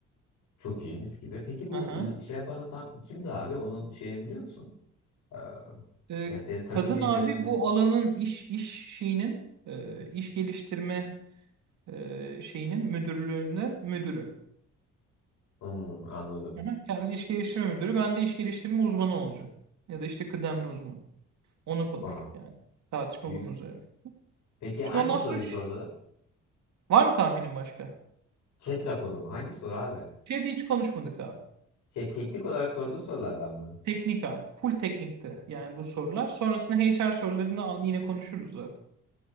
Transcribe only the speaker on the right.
Aha.
E,
kadın
abi
bu alanın iş iş şeyinin e, iş geliştirme e, şeyinin müdürlüğünde müdürü.
Hı hı. Kendisi iş geliştirme müdürü. Ben de iş geliştirme uzmanı olacağım. Ya da işte kıdemli uzman. Onu konuştuk
yani. Tartışma
bunun üzerine.
Şimdi
ondan
sonra ş-
var mı tahminin başka?
Şey de hiç konuşmadık abi.
Teknik abi. Full teknikti yani bu sorular. Sonrasında HR sorularını an- yine konuşuruz zaten.